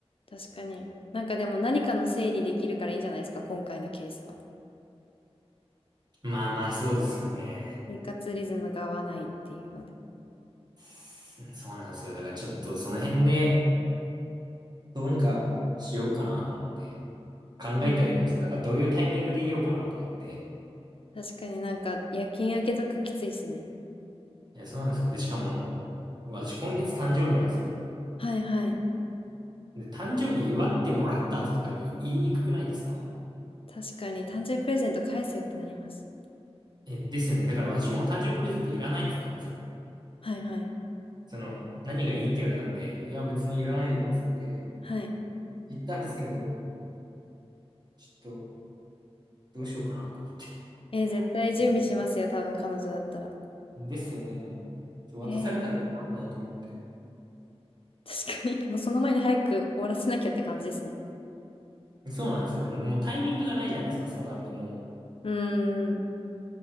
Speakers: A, on the left; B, on the right.
A: 確かに。なんかでも何かのせいにできるからいいんじゃないですか、今回のケースは。
B: まあまあ、そうですよね。
A: 生活リズムが合わないっていうので。
B: すそうなんですよ。だからちょっとその辺で、どうにかしようかなと思って、考えてはいるんですよ。
A: うん
B: だからどういうタイミングで言おうかなと思って。
A: 確かになんか夜勤明けとかきついっすね。
B: いや、そうなんですよ。で、しかも、私今月誕生日なんですよ。
A: はいはい。
B: で、誕生日祝ってもらった後とかに言いにくくないですか
A: 確かに誕生日プレゼント返せよってなります。
B: え、ですよね。だから私もう誕生日プレゼントいらないって言ったんですよ。
A: はいはい。
B: その、何がいいって言われたんで、いや、別にいらないよっつって
A: はい。
B: 言ったんですけど、ちょっとどうしようかなと思って。
A: えー絶対準備しますよ、
B: <laughs>
A: 多分彼女だったら。
B: ですよね。ちょ渡されたら困るなと思って。
A: えー確かに。<laughs> もうその前に早く終わらせなきゃって感じですね。
B: そうなんですよ。でももうタイミングがないじゃないですか、そうなるともう。
A: うーん。